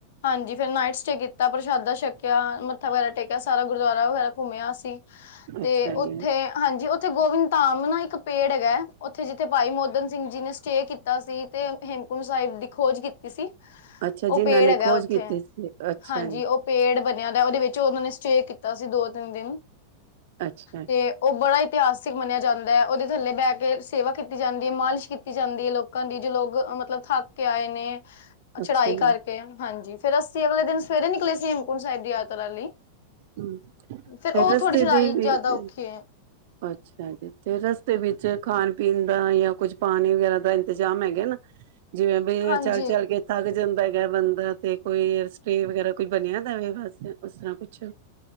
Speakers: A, on the left; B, on the right.
A: ਹਾਂਜੀ ਫਿਰ ਨਾਈਟ ਸਟੇ ਕੀਤਾ। ਪ੍ਰਸ਼ਾਦਾ ਛਕਿਆ, ਮੱਥਾ ਵਗੈਰਾ ਟੇਕਿਆ ਸਾਰਾ ਗੁਰਦੁਆਰਾ ਵਗੈਰਾ ਘੁੰਮਿਆ ਅਸੀਂ। ਤੇ
B: ਅੱਛਾ ਜੀ
A: ਉੱਥੇ ਹਾਂਜੀ ਉੇ ਉੱਥੇ ਗੋਬਿੰਦ ਧਾਮ ਨਾ ਇੱਕ ਪੇੜ ਹੈਗਾ ਹੈ ਉੱਥੇ ਜਿੱਥੇ ਭਾਈ ਮੋਦਨ ਸਿੰਘ ਜੀ ਨੇ ਸਟੇਅ ਕੀਤਾ ਸੀ। ਤੇ ਹੇਮਕੁੰਟ ਸਾਹਿਬ ਦੀ ਖੋਜ ਕੀਤੀ ਸੀ
B: ਅੱਛਾ
A: ਉਹ
B: ਜਿਨਾਂ
A: ਪੇੜ
B: ਨੇ ਖੋਜ
A: ਉੱਥੇ
B: ਕੀਤੀ ਸੀ ਅੱਛਾ
A: ਹਾਂਜੀ
B: ਜੀ
A: ਉਹ ਪੇੜ ਵ ਦਾ ਉਹਦੇ ਵਿੱਚ ਉਹਨਾਂ ਨੇ ਸਟੇ ਕੀਤਾ ਸੀ ਦੋ ਤਿੰਨ ਦਿਨ
B: ਅੱਛਾ
A: ਤੇ ਉਹ ਬੜਾ ਇਤਿਹਾਸਿਕ ਮੰਨਿਆ ਜਾਂਦਾ ਏ, ਉਹਦੇ ਥੱਲੇ ਬਹਿ ਕੇ ਸੇਵਾ ਕੀਤੀ ਜਾਂਦੀ ਐ। ਮਾਲਿਸ਼ ਕੀਤੀ ਜਾਂਦੀ ਏ, ਲੋਕਾਂ ਦੀ ਜੋ ਲੋਕ ਮਤਲਬ ਥੱਕ ਕੇ ਆਏ ਨੇ
B: ਅੱਛਾ
A: ਚੜਾਈ
B: ਜੀ
A: ਕਰਕੇ ਹਾਂਜੀ ਫੇਰ ਅਸੀਂ ਅਗਲੇ ਦਿਨ ਸਵੇਰੇ ਨਿਕਲੇ ਸੀ ਹੇਮਕੁੰਟ ਸਾਹਿਬ ਦੀ ਯਾਤਰਾ ਲਈ
B: ਰੂੰ,
A: ਫੇਰ
B: ਤੇ
A: ਉਹ
B: ਰਸਤੇ
A: ਥੋੜ੍ਹੀ ਚੜਾਈ
B: ਦੀ ਵਿੱਚ
A: ਜ਼ਿਆਦਾ ਔਖੀ ਹੈ
B: ਅੱਛਾ ਜੀ। ਤੇ ਰਸਤੇ ਵਿੱਚ ਖਾਣ ਪੀਣ ਦਾ ਜਾਂ ਕੁੱਝ ਪਾਣੀ ਵਗ਼ੈਰਾ ਦਾ ਇੰਤਜ਼ਾਮ ਹੈਗੇ ਨਾ ਜਿਵੇਂ ਬਈ
A: ਹਾਂਜੀ
B: ਚੱਲ-ਚੱਲ ਕੇ ਥੱਕ ਜਾਂਦਾ ਹੈਗਾ ਬੰਦਾ ਤੇ ਕੋਈ ਸਟੇ ਵਗੈਰਾ ਕੋਈ ਬਣਿਆ ਦਾ ਵੇ ਬਸ ਉਸ ਤਰ੍ਹਾਂ ਕੁਛ